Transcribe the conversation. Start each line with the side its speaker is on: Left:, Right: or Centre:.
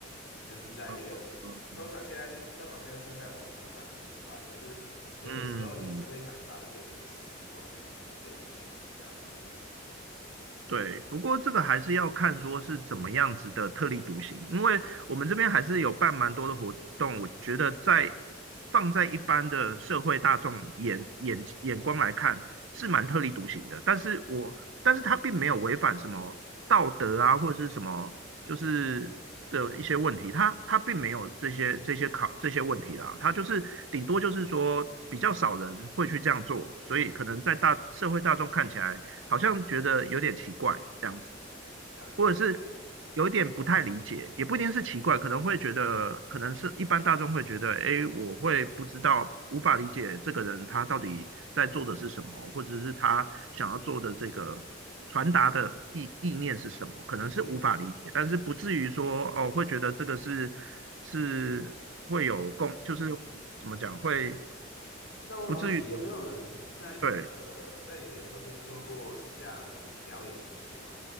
Left: 就是在一个
Right: 呃嗯。
Left: 通常现在是通常现在是会在网络上面抒发，可是有的时候也是会想找一个就是实际空间间聚集这样子。
Right: 嗯对，不过这个还是要看说是怎么样子的特立独行，因为我们这边还是有办蛮多的活动，我觉得在放在一般的社会大众眼眼眼光来看是蛮特立独行的，但是我但是他并没有违反什么道德啊或者是什么就是的一些问题，他他并没有这些这些考这些问题啦，他就是顶多就是说比较少人会去这样做，所以可能在大社会大众看起来。好像觉得有点奇怪这样子，
Left: 了解了解。
Right: 或者是有一点不太理解，也不一定是奇怪，可能会觉得，可能是一般大众会觉得，哎，我会不知道，无法理解这个人他到底在做的是什么，或者是他想要做的这个传达的意意念是什么，可能是无法理解，
Left: 嗯。
Right: 但是不至于说哦，会觉得这个是是会有共，就是怎么讲，会
Left: 那我很好奇，
Right: 不至于，
Left: 有没有人在你的在你的空间做过像表演艺术啊？
Right: 对，